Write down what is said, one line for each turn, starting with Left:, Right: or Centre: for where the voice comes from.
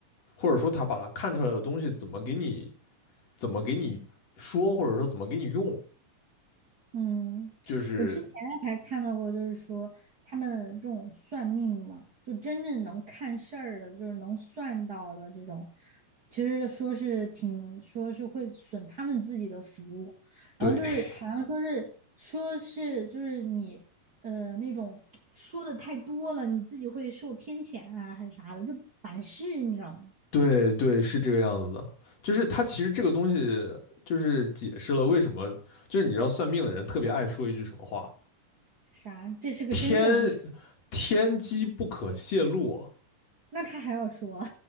Left: 或者说他把他看出来的东西怎么给你怎么给你说，或者说怎么给你用，
Right: 嗯，
Left: 就是
Right: 我之前还看到过，就是说他们这种算命嘛，就真正能看事儿的，就是能算到的这种，其实说是挺说是会损他们自己的福，然后就是好像说是说是就是你呃那种说的太多了，
Left: 对
Right: 你自己会受天谴啊还是啥的，就反噬，你知道吗？
Left: 对对，是这个样子的。就是它其实这个东西，就是解释了为什么，就是你知道算命的人特别爱说一句什么话：
Right: 啥？这是个真的故事，
Left: 天天机不可泄露。
Right: 那他还要说，<laughs> 啊，